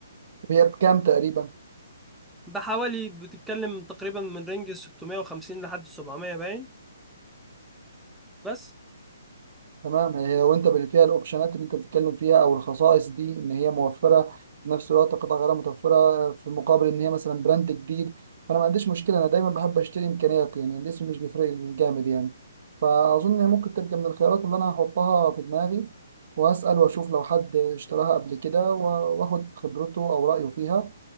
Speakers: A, on the right (about 50°); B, in the centre.
A: طب هي بكام تقريبا؟
B: بحوالي بتتكلم تقريبا من رينج 650 لحد 700 باين بس
A: تمام هي وانت اللي فيها الاوبشنات اللي انت بتتكلم فيها او الخصائص دي ان هي موفره في نفس الوقت قطع غيار متوفره في مقابل ان هي مثلا براند جديد فانا ما عنديش مشكله انا دايما بحب اشتري امكانيات يعني الاسم مش بيفرق لي جامد يعني فاظن هي ممكن تبقى من الخيارات اللي انا هحطها في دماغي واسال واشوف لو حد اشتراها قبل كده و- واخد خبرته او رايه فيها